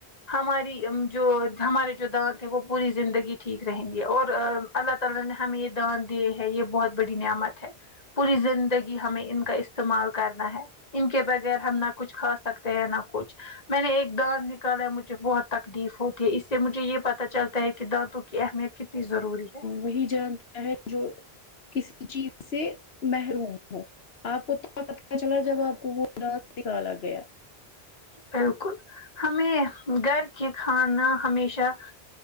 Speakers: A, on the left; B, on the left.
A: ہماری جو ہمارے جو دانت ہے وہ پوری زندگی ٹھیک رہیں گے اور اللہ تعالی نے ہمیں یہ دوا دیے ہیں یہ بہت بڑی نعمت ہے پوری زندگی ہمیں ان کا استعمال کرنا ہے ان کے بغیر ہم نہ کچھ کھا سکتے ہیں نہ کچھ میں نے ایک دانت نکالا ہے مجھے بہت تکلیف ہوتی ہے اس سے مجھے یہ پتا چلتا پیر کے دانتوں کی اہمیت کتنی ضروری ہے
B: وہی جانتا ہے جو کسی چیز سے محروم ہو آپ ات پتہ چلا جب آپ کو وہ دات نکالا گیا
A: بالکل ہمیں گھر کے کھانا ہمیشہ